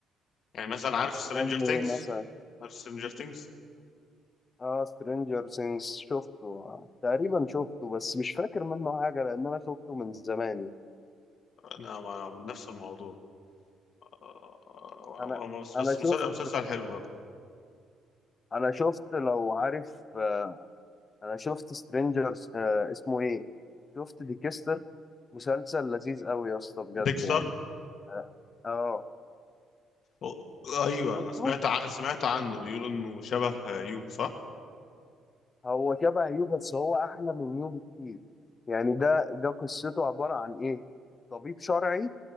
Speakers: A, on the left; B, on the left.
A: يعني مثلا عارف سترينجر
B: زي
A: ثينجز
B: مثلا
A: عارف سترينجر ثينجز
B: اه سترينجر سينجز شفته آه، تقريبا شفته بس مش فاكر منه حاجة لأن أنا شفته من زمان
A: أنا ما- من نفس الموضوع آه، آه،
B: أنا
A: آه، آه، بس
B: أنا
A: بس
B: شفت
A: مسلسل مسلسل حلو برضه
B: أنا شفت لو عارف آه، أنا شفت سترينجر اسمه إيه شفت ديكستر مسلسل لذيذ أوي يا اسطى بجد
A: ديكستر
B: يعني آه آه،
A: أو- ايوه
B: شفته
A: انا سمعت ع... سمعت عنه بيقولوا انه شبه آه، يو صح
B: هو شبه يو بس هو أحلى من يو بكتير يعني ده ده قصته عبارة عن إيه طبيب شرعي